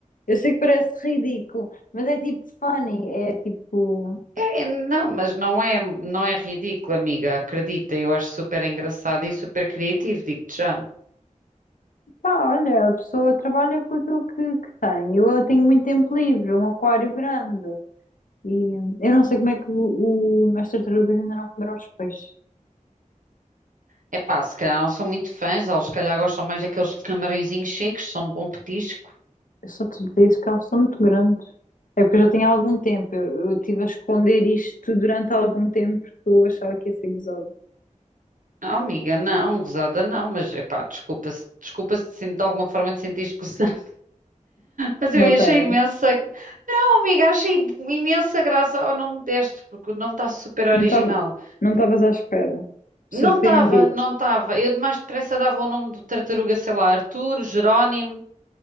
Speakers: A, on the left; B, on the right.
A: Eu sei que parece ridículo, mas é tipo funny, é tipo.
B: É, não, mas não é, não é ridículo, amiga. Acredita, eu acho super engraçado e super criativo, digo-te já.
A: Pá, olha, a pessoa trabalha com aquilo que, que tem. Eu, eu tenho muito tempo livre, um aquário grande. E hum, eu não sei como é que o, o, as tartarugas ainda não comeram os peixes.
B: É pá, se calhar não são muito fãs, eles se calhar gostam mais daqueles camarõezinhos secos, são um bom petisco.
A: Eu só te digo isso que elas são muito grandes. É porque eu já tenho algum tempo. Eu, eu estive a esconder isto durante algum tempo porque eu achava que ia ser gozada.
B: Não, amiga, não, gozada não, mas é pá, desculpa-se, desculpa se desculpa se de alguma forma te sentiste gozada. Mas
A: Lá
B: eu
A: está
B: achei
A: ela.
B: imensa. Não, amiga, achei imensa graça ao nome deste, porque o nome está super original.
A: Não estava, não estavas à espera. Surpreendido.
B: Não estava, não estava. Eu de mais depressa dava o nome do tartaruga, sei lá, Arthur, Jerónimo.